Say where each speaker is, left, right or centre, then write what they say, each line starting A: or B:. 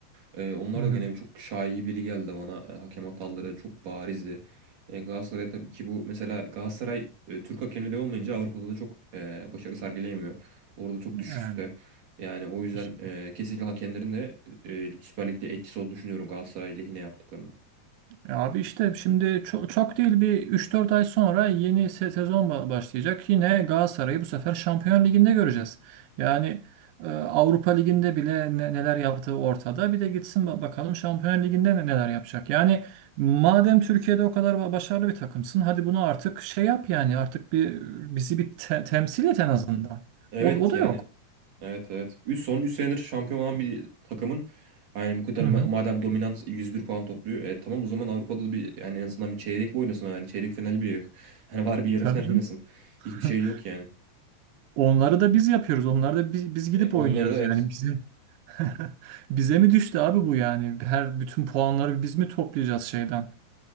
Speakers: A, on the right (about 65°); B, on the right (about 80°).
A: Ee, onlar
B: Hı
A: da
B: hı.
A: gene çok şaibeli geldi bana. Ee, hakem hataları çok barizdi. Ee, Galatasaray tabii ki bu mesela Galatasaray e, Türk hakemleri olmayınca Avrupa'da da çok e, başarı sergileyemiyor. Orada çok düşüşte.
B: Yani
A: Yani o yüzden
B: işte-
A: e, kesinlikle hakemlerin de e, Süper Lig'de etkisi olduğunu düşünüyorum Galatasaray lehine yaptıklarını.
B: e abi işte şimdi çok, çok değil bir üç dört ay sonra yeni se- sezon ba- başlayacak. Yine Galatasaray'ı bu sefer Şampiyon Ligi'nde göreceğiz. Yani e, Avrupa Ligi'nde bile ne- neler yaptığı ortada. Bir de gitsin ba- bakalım Şampiyon Ligi'nde ne- neler yapacak. Yani madem Türkiye'de o kadar ba- başarılı bir takımsın, hadi bunu artık şey yap yani artık bir bizi bir te- temsil et en azından.
A: Evet
B: O, o da
A: yani
B: yok.
A: Evet evet. 3 son 3 senedir şampiyon olan bir takımın yani bu kadar
B: Hı
A: ma-
B: hı.
A: madem dominant 101 puan topluyor. E, tamam o zaman Avrupa'da da bir yani en azından bir çeyrek bir oynasın yani çeyrek finali bile yok. <laughs> Yani var bir yarı
B: Tabii
A: final oynasın.
B: canım. <laughs>
A: Hiçbir şey yok yani.
B: Onları da biz yapıyoruz. Onları da biz, biz gidip
A: E, onlara
B: oynuyoruz
A: da evet
B: yani bizi. <laughs> Bize mi düştü abi bu yani? Her bütün puanları biz mi toplayacağız şeyden?